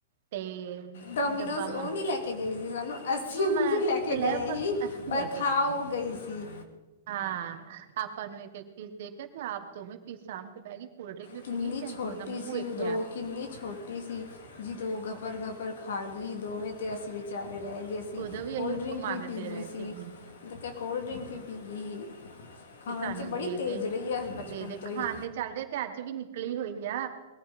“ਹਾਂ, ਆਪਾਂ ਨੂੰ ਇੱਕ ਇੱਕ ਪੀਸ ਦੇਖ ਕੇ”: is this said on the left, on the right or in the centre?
Right